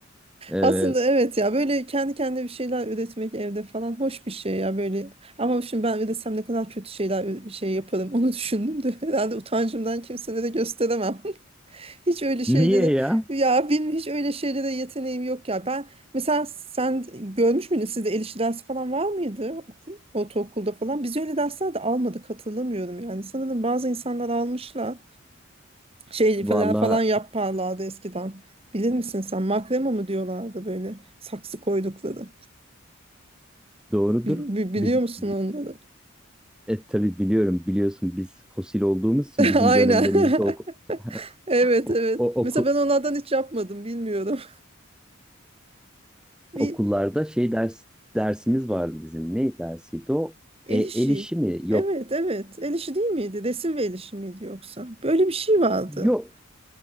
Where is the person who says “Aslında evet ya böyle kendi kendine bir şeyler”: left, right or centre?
Right